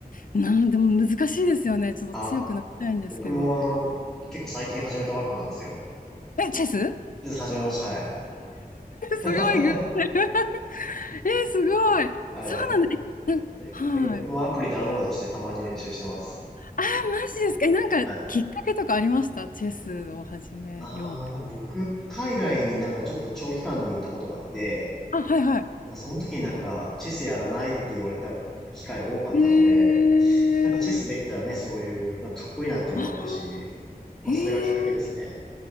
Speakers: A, on the left (about 60°); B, in the centre.
A: なんでも難しいですよね。ちょっと強くなりたいんですけど。
B: あ、僕もあの、結構最近始めたばっかなんですよ。
A: え、チェス <laughs>
B: 実は始めました、はい。<laughs>
A: すごい偶然 <laughs> え、すごい。
B: はい。
A: そうなんだ。
B: 僕、
A: えなん
B: だけど僕もアプリダウンロードしてたまに練習してます。
A: はい。あー、マジですか。え、なんかきっかけとかありましたチェスを始めようって。
B: はい。あー、なんか僕、海外になんかちょっと長期間にいたことがあって、
A: あ、はいは
B: まあ、その時になんか、チェスやらないって言われた機会が多かったので、
A: い。へえ。
B: なんかチェスできたらね、
A: <gasps>
B: そういう、なんかかっこいいなっていうのもあったし、
A: ああ、
B: まあそれがきっかけですね。
A: へえ。